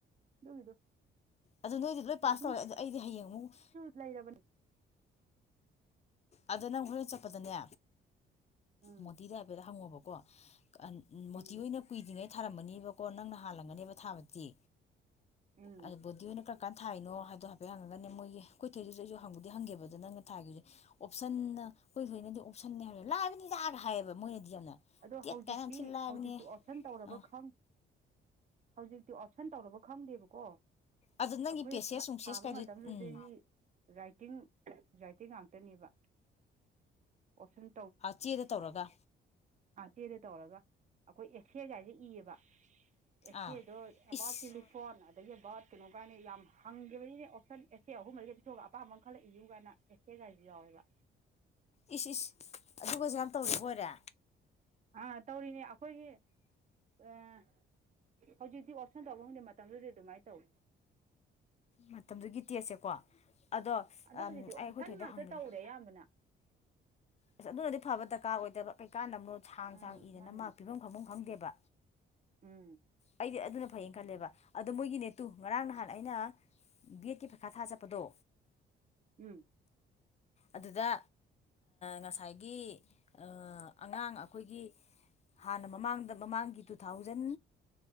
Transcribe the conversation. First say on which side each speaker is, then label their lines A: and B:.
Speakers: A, on the right (about 40°); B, on the left (about 35°).
A: ꯑꯗꯨꯒꯤꯗꯣ
B: ꯑꯗꯨ ꯅꯣꯏꯗꯤ ꯂꯣꯏ
A: ꯃꯣꯗꯤꯁꯨ
B: ꯄꯥꯁ ꯇꯧꯔꯦ ꯑꯗꯨ ꯑꯩꯗꯤ ꯍꯌꯦꯡ ꯑꯃꯨꯛ
A: ꯂꯩꯔꯕꯅꯤ
B: ꯑꯗ ꯅꯪ ꯍꯣꯔꯦꯟ ꯆꯠꯄꯗꯅꯦ
A: ꯎꯝ
B: ꯃꯣꯗꯤꯗ ꯍꯥꯏꯐꯦꯗ ꯍꯪꯉꯣꯕꯀꯣ ꯑꯟ
A: ꯎꯝ
B: ꯃꯣꯇꯤ ꯑꯣꯏꯅ ꯀꯨꯏꯗ꯭ꯔꯤꯉꯩ ꯊꯥꯔꯝꯝꯕꯅꯤ ꯀꯣ ꯅꯪꯅ ꯍꯥꯜꯂꯝꯒꯅꯦꯕ ꯊꯥꯕꯗꯤ
A: ꯎꯝ
B: ꯑꯗꯨ ꯕꯨꯅ--ꯀ ꯀꯥꯟ ꯊꯥꯏꯅꯣ ꯍꯥꯏꯗꯣ ꯍꯥꯏꯐꯦꯠ ꯍꯪꯉꯒꯅꯦ ꯃꯣꯏꯒꯤ ꯀꯣꯏꯊꯣꯏꯁꯤꯁꯨ ꯑꯩꯁꯨ ꯍꯪꯕꯨꯗꯤ ꯍꯪꯒꯕꯗꯣ ꯅꯪ ꯊꯥꯈꯤꯕꯁꯦ ꯑꯣꯞꯁꯟꯅ ꯑꯩꯈꯣꯏ ꯊꯣꯏꯅꯗꯤ ꯑꯣꯞꯁꯟꯅꯦ ꯍꯥꯏꯕ ꯂꯥꯏꯕꯅꯤꯗ ꯍꯥꯏꯌꯦꯕ ꯃꯣꯏꯅꯗꯤ ꯌꯥꯝ
A: ꯑꯗꯣ
B: ꯇꯦꯠ
A: ꯍꯧꯖꯤꯛꯇꯤ
B: ꯀꯥꯏꯅ ꯊꯤ ꯂꯥꯏꯕꯅꯦ
A: ꯍꯧꯖꯤꯛꯇꯤ ꯑꯣꯞꯁꯟ ꯇꯧꯔꯕ
B: ꯑꯥ
A: ꯈꯪ ꯍꯧꯖꯤꯛꯇꯤ <unintelligible> ꯇꯧꯔꯕ ꯈꯪꯗꯦꯕꯀꯣ
B: ꯑꯗꯣ ꯅꯪꯒꯤ
A: ꯑꯩꯈꯣꯏꯅ
B: ꯄꯦꯁꯦꯁ ꯅꯨꯡꯁꯦꯁ
A: ꯊꯥꯕ
B: ꯀꯥꯏꯗꯣ
A: ꯃꯇꯝꯗꯨꯗꯗꯤ
B: ꯎꯝ
A: ꯔꯥꯏꯇꯤꯡ ꯔꯥꯏꯇꯤ ꯉꯥꯛꯇꯅꯦꯕ ꯑꯣꯞꯁꯟ
B: ꯆꯦꯗ ꯇꯧꯔꯒ
A: ꯑꯦꯛꯦꯗ ꯇꯧꯔꯒ ꯑꯩꯈꯣꯏ ꯑꯦꯛꯁꯔꯦꯒꯥꯏꯁꯦ ꯏꯌꯦꯕ ꯑꯦꯁꯦꯗꯣ
B: ꯑꯥ
A: ꯑꯦꯕꯥꯟ
B: ꯏꯁ
A: ꯇꯦꯂꯤꯐꯣꯟ ꯑꯗꯒꯤ ꯕꯥꯔꯠ ꯀꯩꯅꯣ ꯀꯥꯏꯅꯤ ꯌꯥꯝ ꯍꯪꯈꯤꯕꯒꯤꯅꯦ ꯑꯣꯞꯁꯟ ꯑꯦꯁꯦ ꯑꯍꯨꯝ ꯃꯔꯤꯗꯒꯤ ꯄꯤꯊꯣꯛꯑꯒ ꯑꯄꯥꯝꯕ ꯑꯃ ꯈꯜꯂꯛꯏꯌꯨ ꯀꯥꯏꯅ ꯑꯦꯁꯦꯒꯥꯏꯁꯨ ꯌꯥꯎꯋꯦꯕ
B: ꯏꯁꯤ ꯏꯁꯤ ꯑꯗꯨꯒꯁꯨ ꯌꯥꯝ ꯇꯧꯁꯔꯤꯕꯣꯏꯔꯦ
A: ꯑ ꯇꯧꯔꯤꯅꯤ ꯑꯩꯈꯣꯏꯒꯤ ꯑꯥ ꯍꯧꯖꯤꯛꯇꯤ ꯑꯣꯞꯁꯟ ꯇꯧꯕ ꯈꯪꯗꯦ ꯃꯇꯝꯗꯨꯗꯤ ꯑꯗꯨꯃꯥꯏꯅ ꯇꯧ
B: ꯃꯇꯝꯗꯨꯒꯤ ꯇꯦꯠꯁꯦꯀꯣ ꯑꯗꯣ
A: ꯑꯗꯣ
B: ꯑꯩ
A: ꯍꯧꯖꯤꯛꯇꯤ ꯑꯣꯞꯁꯟ
B: ꯑꯩꯈꯣꯏ ꯊꯣꯏꯗ
A: ꯉꯥꯛꯇ
B: ꯍꯪꯅꯤꯡꯉꯦ
A: ꯇꯧꯔꯦ ꯑꯌꯥꯝꯕꯅ
B: ꯑꯁ ꯑꯗꯨꯅꯗꯤ ꯐꯕ ꯗꯔꯀꯥꯔ ꯑꯣꯏ ꯀꯥꯟꯝꯕꯃꯣ ꯁꯥꯡ
A: ꯑꯥ
B: ꯁꯥꯡ ꯏꯖꯅ
A: ꯃꯥꯅꯦ
B: ꯃꯔ꯭ꯥꯛ ꯄꯤꯕꯝ ꯐꯝꯕꯝ ꯗꯪꯗꯩꯕ
A: ꯎꯝ
B: ꯑꯩꯗꯤ ꯑꯗꯨꯅ ꯐꯩꯌꯦꯅ ꯈꯜꯂꯦꯕ ꯑꯗꯣ ꯃꯣꯏꯒꯤꯅꯦ ꯇꯨ ꯉꯔꯥꯡ ꯅꯍꯥꯟ ꯑꯩꯅ ꯕꯤ ꯑꯦꯠꯀꯤ ꯄꯩꯈꯥ ꯊꯥꯕ ꯆꯠꯄꯗꯣ
A: ꯎꯝ
B: ꯑꯗꯨꯗ ꯉꯁꯥꯏꯒꯤ ꯑꯉꯥꯡ ꯑꯩꯈꯣꯏꯒꯤ ꯍꯥꯟꯅ ꯃꯃꯥꯡꯗ ꯃꯃꯥꯡꯒꯤ ꯇꯨ ꯊꯥꯎꯖꯟ